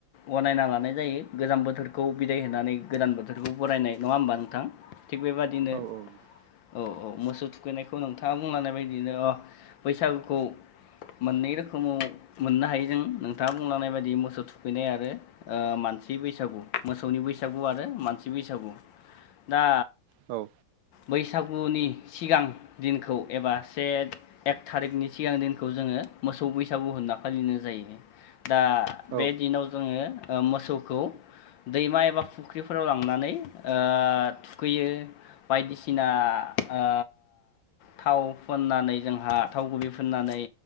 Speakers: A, on the left; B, on the right.
A: गनायना लानाय जायो गोजाम बोथोरखौ बिदाय होनानै गोदान बोथोरखौ बरायनाय नङा होमबा नोंथां। थिग बेबादिनो
B: औ औ नोंथां
A: औ औ मोसौ थुखैनायखौ नोंथाङा बुंलांनाय बायदिनो अ बैसागुखौ मोननै रोखोमाव मोननो हायो जों नोंथाङा बुंलांनाय बायदि मोसौ थुखैनाय आरो ओ मान मानसि बैसागु मोसौनि बैसागु आरो मानसि बैसागु दा
B: औ
A: बैसागुनि सिगां दिनखौ एबा से एक थारिखनि सिगां दिनखौ जों जोङो मोसौ बैसागु होनना फालिनाय जायो। दा
B: औ
A: बे दिनाव जोङो ओ मोसौखौ दैमा एबा फुख्रिफोराव लांनानै ओ थुखैयो बायदिसिना ओ थाव फ़ननानै जोंहा थाव गुबै फोननानै।